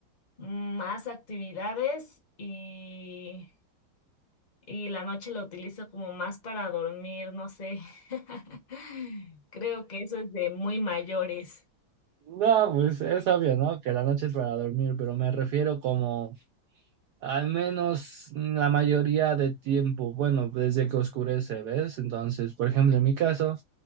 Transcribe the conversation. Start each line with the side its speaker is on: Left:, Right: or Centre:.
Left: más actividades y, y la noche lo utilizo como más para dormir, no sé. <laughs> Creo que eso es de muy mayores.
Right: No, pues es obvio, ¿no? Que la noche es para dormir, pero me refiero como Al menos la mayoría del tiempo, bueno, desde que oscurece, ¿ves? Entonces, por ejemplo, en mi caso,